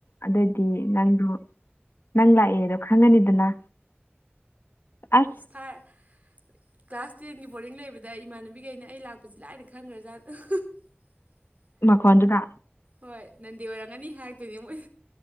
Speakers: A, on the left; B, on the right.
A: ꯑꯗꯣꯏꯗꯤ ꯅꯪꯗꯣ ꯅꯪ ꯂꯥꯛꯑꯦꯗꯣ ꯈꯪꯉꯅꯤꯗꯅ ꯑꯁ
B: ꯊꯥꯔ ꯀ꯭ꯂꯥꯁ ꯇꯦꯟꯒꯤ ꯕꯣꯔꯗꯤꯡ ꯂꯩꯕꯗ ꯏꯃꯥꯟꯅꯕꯤꯒꯩꯅ ꯑꯩ ꯂꯥꯛꯄꯁꯤ ꯂꯥꯏꯅ ꯈꯪꯒ꯭ꯔꯖꯥꯠꯅꯤ <inaudible>
A: ꯃꯈꯣꯟꯗꯨꯗꯥ
B: ꯍꯣꯏ ꯅꯟꯗꯤ ꯑꯣꯏꯔꯝꯒꯅꯤ ꯍꯥꯏꯔꯛꯇꯣꯏꯅꯦ ꯃꯣꯏ